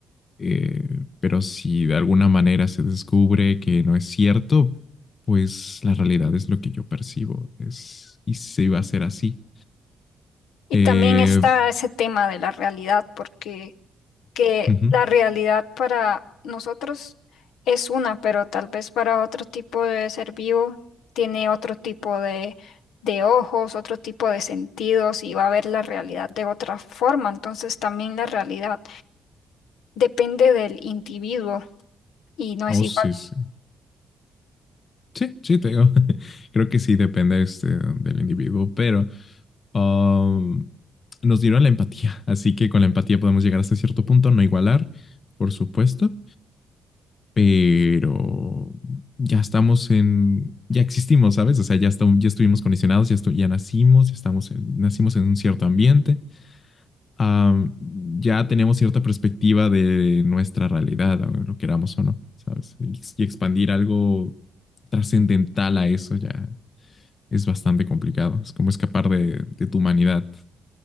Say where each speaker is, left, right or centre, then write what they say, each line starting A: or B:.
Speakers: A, on the left (about 50°); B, on the left (about 80°).
A: Eh, pero si de alguna manera se descubre que no es cierto, pues la realidad es lo que yo percibo. Es, y se va a ser así.
B: Y
A: Eh,
B: también está ese tema de la realidad, porque que
A: ujú.
B: la realidad para nosotros es una, pero tal vez para otro tipo de ser vivo tiene otro tipo de, de ojos, otro tipo de sentidos y va a ver la realidad de otra forma. Entonces también la realidad depende del individuo y no es
A: Oh,
B: igual.
A: sí, sí. Sí, sí, te digo. <laughs> Creo que sí depende este, del individuo, pero um, nos dieron la empatía, así que con la empatía podemos llegar hasta cierto punto, no igualar, por supuesto, pero ya estamos en, ya existimos, ¿sabes? O sea, ya, estamos, ya estuvimos condicionados, ya, estu- ya nacimos, ya estamos en- nacimos en un cierto ambiente, am, ya tenemos cierta perspectiva de nuestra realidad, lo queramos o no, ¿sabes? Y, y expandir algo trascendental a eso ya es bastante complicado. Es como escapar de, de tu humanidad.